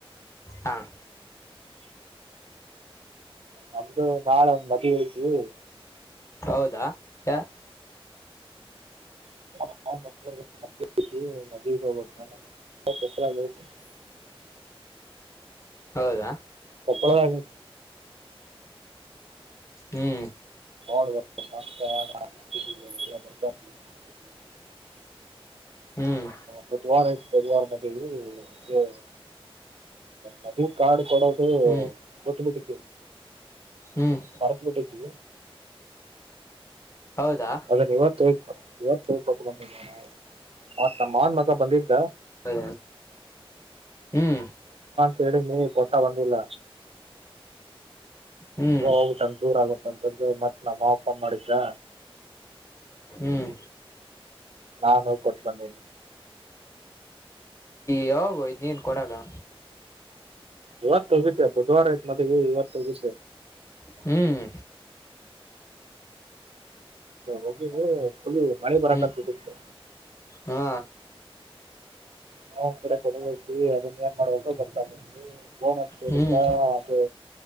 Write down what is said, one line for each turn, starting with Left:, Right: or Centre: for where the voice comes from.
Left: ಹಾ
Right: ನಮ್ದು ನಾಳೆ್ ಮದ ಹೋಗತವಿ
Left: ಹೌದಾ ಯ
Right: ಕ್ಕ ಹಬ ಪತ್ತರಗೌತ
Left: ಹೌದಾ
Right: ಕೊಪ್ಪಳದ
Left: ಹ್ಮ್
Right: <unintelligible>
Left: ಹ್ಮ್
Right: ಬುಧವಾರ ಗುರುವಾರ ಒಂದು ಮದುವೆ ಕಾರ್ಡ್ ಕೊಡೋದು
Left: ಹ್ಮ್
Right: ಕೊಟ್ಟಿಬಿಟ್ಟಿ
Left: ಹ್ಮ್
Right: ಮರೆತುಬುಟಿದ್ದಿ
Left: ಹೌದಾ
Right: ಆದ್ರೆ ಇವತ್ತು ಹೋಗಿ ಕೊಟ್ಟಿಬಂದಿದೀನಿ ನೋಡ ಆವ್ತು ನಮ್ಮ ಮಾವನ ಮಗ ಬಂದಿದ್
Left: ಹ ಹ್ಮ್
Right: ಹೇಳೀನಿ ಕೊಟ್ಟಾ ಬಂದಿಲ್ಲ
Left: ಹ್ಮ್
Right: ಅದ ಹೋಗುಬಿಟ್ಟು ನನಗೆ ದೂರ ಆಗುತ್ತ ಮತ್ ನಮ್ಮ ಮಾವ ಫೋನ್ ಮಾಡಿದ
Left: ಹ್ಮ್
Right: ನಾನು ಹೋಗಿ ಕೊಟ್ಟು ಬಂದಿನಿ
Left: ಯಾವಾಗ ಹೋಗಿದೆ ನೀನ್ ಕೊಡಕ್ಕ
Right: ಇವತ್ತು ಹೋಗಿದೆ ಬುಧವಾರ ಐತ್ ಮದುವೆ ಇವತ್ತು ಹೋಗಿದೆ
Left: ಹ್ಮ್
Right: ಹೋಗಿವಿ ಫುಲ್ ಮಳೆ ಬರಕೆಹತುಬಿಟ್ಟಿತಿತ್ತು
Left: ಹ್ಮ್ ಹಾ
Right: ಇನ್ನ ಒಂದು ಕಡೆ ಕೊಕೊಡು ಅಯ್ತಿ ಅದನ್ನ ಏನ್ ಮಾಡುಬೇಕು ಗೊತ್ತಾಗಿಲ್ಲರೀ ಫೋನ್ ಹಚ್ಚೋಕೆ ಹೇಳಿದ
Left: ಹ್ಮ್
Right: ಅದು